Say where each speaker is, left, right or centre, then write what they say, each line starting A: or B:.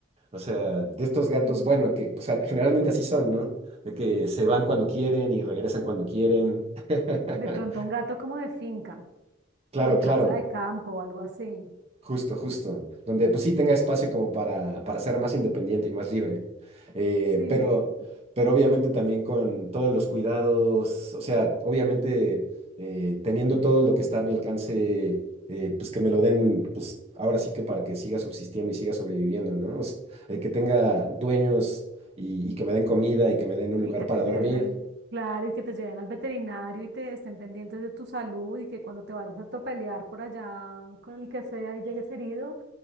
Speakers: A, on the right; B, on the right.
A: o sea, de estos gatos,
B: Sí.
A: bueno, que o sea, generalmente así son, ¿no? De que se van cuando quieren y regresan cuando quieren. <laughs>
B: De pronto un gato como de finca
A: Claro,
B: o de
A: claro.
B: casa de campo o algo así.
A: Justo, justo, donde pues sí tenga espacio como para, para ser más independiente y más libre. Eh,
B: Sí,
A: pero, pero obviamente también con todos los cuidados, o sea, obviamente eh, teniendo todo lo que está a mi alcance, eh, pues que me lo den, pues ahora sí que para que siga subsistiendo y siga sobreviviendo, ¿no? O s- eh, que tenga dueños y, y que me den comida y que me den un
B: y
A: lugar
B: que
A: para
B: te
A: dormir
B: lleven al, claro, y que te lleven al veterinario y te estén pendientes de tu salud y que cuando te vayas a atropellar por allá con el que sea y llegues herido,